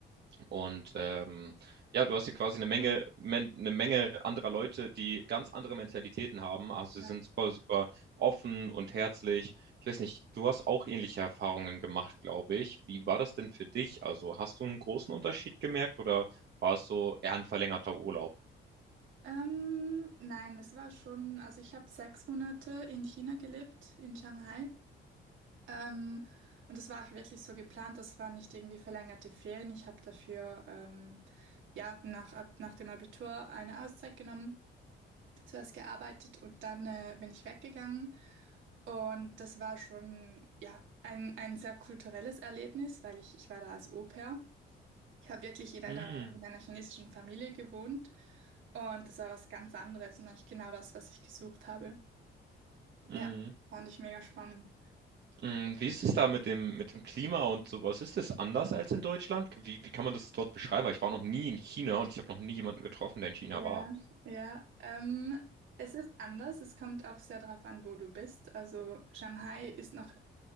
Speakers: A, on the right; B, on the right.
A: und ähm, ja, du hast hier quasi eine Menge, men eine Menge anderer Leute, die ganz andere Mentalitäten haben. Also
B: Ja.
A: sie sind super, super offen und herzlich. Ich weiß nicht, du hast auch ähnliche Erfahrungen gemacht, glaube ich. Wie war das denn für dich? Also hast du einen großen Unterschied gemerkt oder war es so eher ein verlängerter Urlaub?
B: Ähm, nein, es war schon, also ich habe sechs Monate in China gelebt, in Shanghai. Ähm, und das war auch wirklich so geplant, das waren nicht irgendwie verlängerte Ferien. Ich habe dafür ähm, ja nach, ab, nach dem Abitur eine Auszeit genommen, zuerst gearbeitet und dann äh, bin ich weggegangen. Und das war schon ja ein, ein sehr kulturelles Erlebnis, weil ich, ich war da als Au-pair. Ich habe wirklich in einer,
A: Mm,
B: in einer chinesischen Familie gewohnt und das war was ganz anderes und eigentlich genau das, was ich gesucht habe.
A: mm.
B: Ja, fand ich mega spannend.
A: Mm, Wie ist es da mit dem, mit dem Klima und sowas? Ist es anders als in Deutschland? Wie, wie kann man das dort beschreiben? Weil ich war noch nie in China und ich habe noch nie jemanden getroffen, der in China
B: Ja,
A: war.
B: ja. Ähm, es ist anders. Es kommt auch sehr darauf an, wo du bist. Also Shanghai ist noch